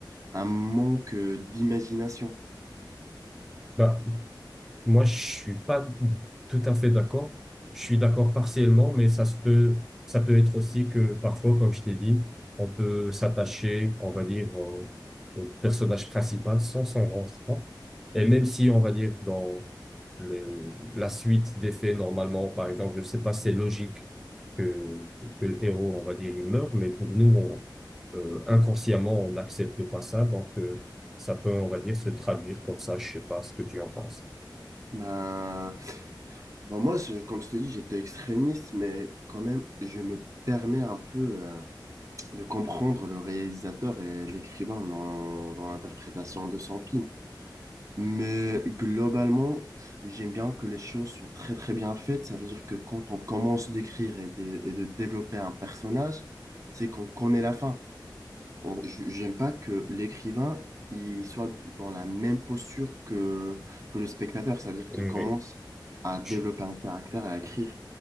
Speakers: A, on the right; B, in the centre.
A: un manque euh, d'imagination.
B: Bah, Moi, je suis pas tout à fait d'accord. Je suis d'accord partiellement, mais ça se peut, ça peut être aussi que parfois, comme je l'ai dit, on peut s'attacher, on va dire, au, au personnage principal sans s'en rendre compte. Et même si, on va dire, dans le, la suite des faits, normalement, par exemple, je sais pas, c'est logique que, que le héros, on va dire, il meurt, mais pour nous, on- euh, inconsciemment, on n'accepte pas ça, donc, euh, ça peut, on va dire, se traduire comme ça. Je sais pas ce que tu en penses.
A: Ben, ben moi, je- comme je te dis, j'étais extrémiste, mais quand même, je me permets un peu euh, de comprendre le réalisateur et l'écrivain dans, dans l'interprétation de son film. Mais globalement, j'aime bien que les choses soient très très bien faites. Ça veut dire que quand on commence d'écrire et de, et de développer un personnage, c'est qu'on connaît la fin. On- j- J'aime pas que l'écrivain il soit dans la même posture que, que le spectateur. Ça veut dire
B: Oui,
A: qu'il commence à développer
B: je,
A: un caractère et à écrire